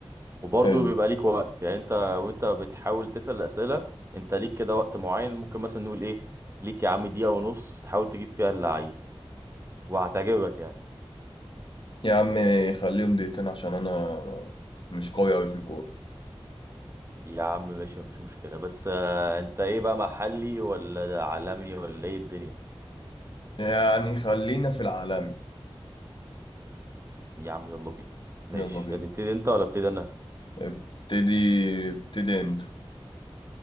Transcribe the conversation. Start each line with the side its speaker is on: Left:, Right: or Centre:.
Right: وبرضه
Left: حلو
Right: بيبقى ليك وقت يعني انت وانت بتحاول تسأل الأسئلة انت ليك كده وقت معين ممكن مثلا نقول ايه ليك يا عم دقيقة ونص تحاول تجيب فيها اللعيب وهتعجبك يعني
Left: يا عم خليهم دقيقتين عشان أنا مش قوي أوي في الكورة
Right: يا عم ماشي مفيش مشكلة بس آه، انت ايه بقى محلي ولا ده عالمي ولا ايه الدنيا
Left: يعني خلينا في العالمي
Right: يا عم يلا بينا ماشي
Left: يلا بينا
Right: هتبتدي انت ولا ابتدي انا
Left: ابتدي ابتدي أنت